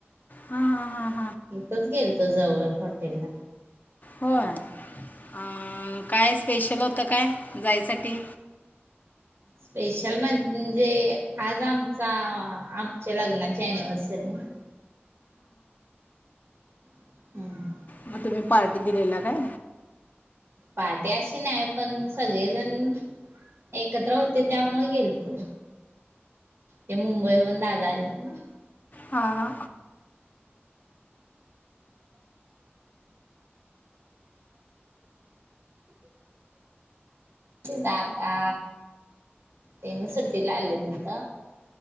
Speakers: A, on the left (about 40°); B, on the right (about 55°).
A: हा हा हा
B: इथेच गेलोतो जवळ हो हाॅटेला
A: होय आं काय स पेषल आता काय जायसाठी
B: स्पेशल म्हणजे आज आमचा आमच्या लग्नाची एनव्हरसरी आहे. रिकामा ऑडिओ
A: मग तुम्ही पार्टी दिलेला काय?
B: पार्टी अशी नाय पण सगळीजणं एकत्र होतो. त्यामुळ गेलतो ते मुंबईहुन दादा आलेत ना.
A: हा-हा
B: दादा तेनी सुट्टीला आलेत इथ